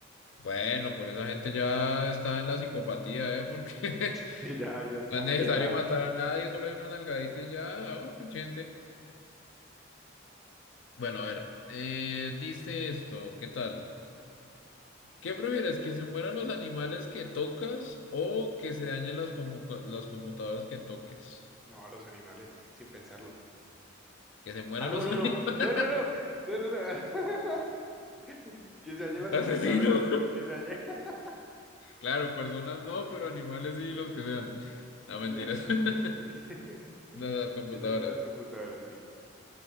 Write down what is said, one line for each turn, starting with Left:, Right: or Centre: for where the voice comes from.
Left: Bueno, pero esa gente ya está en la psicopatía, ¿eh? Porque
Centre: Sí, ya, ya
Left: <laughs>
Centre: están
Left: no es necesario
Centre: bien raros.
Left: matar a nadie, solo hay una nalgadita y ya, oh, pinche gente. Bueno, a ver, eh, dice esto, ¿qué tal? ¿Qué prefieres, que se mueran los animales que tocas o que se dañen las compu- las computadoras que toques?
Centre: No, los animales, sin pensarlo.
Left: Que se mueran
Centre: Ah, no,
Left: los
Centre: no,
Left: <laughs> animales.
Centre: no, no, no, no, no, no, no. <laughs> Que se dañen las
Left: Asesino.
Centre: computadoras, que se dañen, <laughs>
Left: Claro, personas no, pero animales sí, los que sean. No,
Centre: que
Left: mentiras.
Centre: se dañen, que
Left: <laughs>
Centre: se, <laughs>
Left: de las computadoras.
Centre: que se dañen las computadoras, sí,